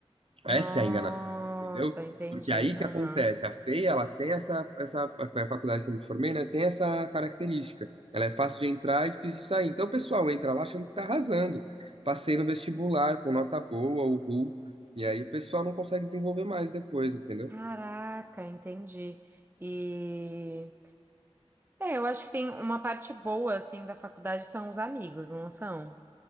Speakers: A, on the right; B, on the right.
A: Essa
B: Nossa,
A: é a enganação, entendeu?
B: entendi.
A: Porque aí
B: Aham.
A: que acontece, a FEI, ela tem essa, essa, foi a faculdade que eu me formei, né? Tem essa característica. Ela é fácil de entrar e difícil de sair. Então o pessoal entra lá achando que tá arrasando. Passei no vestibular com nota boa, o RU, e aí o pessoal não consegue desenvolver mais depois, entendeu?
B: Caraca, entendi. E é, eu acho que tem uma parte boa assim da faculdade são os amigos, não são?